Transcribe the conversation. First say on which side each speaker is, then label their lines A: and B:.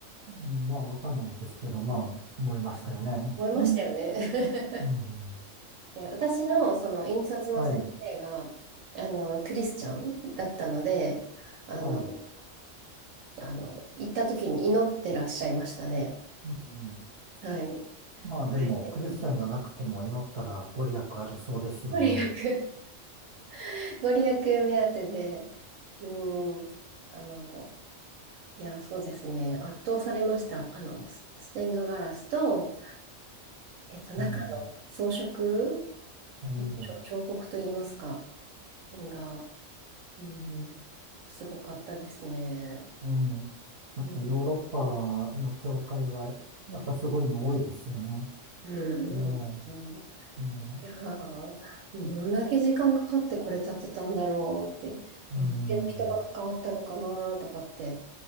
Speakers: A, on the right (about 55°); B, on the right (about 80°).
A: うんまあ、わかんないですけど、まあ、燃えましたよね。
B: 思いましたよね。
A: うん。
B: <laughs> で私のその引率の先生が、
A: はい。
B: あの、クリスチャンだったので、あの、
A: はい。
B: あの、行った時に祈ってらっしゃいましたね。
A: うん。
B: はい。
A: まあ、でも、
B: はい
A: クリスチャンじゃなくても祈ったらご利益ありそうですよね。
B: ご利益、<laughs> ご利益目当てで、うん、あの、いや、そうですね、圧倒されました。あの、スステンドガラスと、えっと、中の装飾、
A: うん。うん
B: あ彫彫刻といいますか、が、うん、すごかったですね。
A: うん。やっぱヨーロッパの教会は、
B: うん。
A: やっぱすごいの多いですよね。
B: う
A: も
B: んうん
A: う、も
B: いやー、どんだけ時間かかってこれ建てたんだろうって、
A: う、
B: どれだけの人が関わったのかなとかって
A: うん、